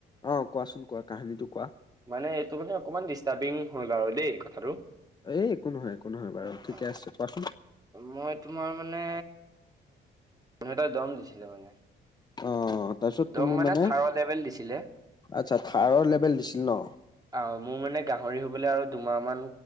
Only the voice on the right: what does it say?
মানে এইটো মানে অকণমান ডিষ্টাৰ্বিং হ'ল আৰু দেই কথাটো।
অ
মই তোমাৰ মানে মানুহ এটাই দম, দিছিলে মানে।
দম
থাৰ্ড লেভেল দিছিলে
আহ মোৰ মানে গাহৰি হবলৈ আৰু দুমাহ মান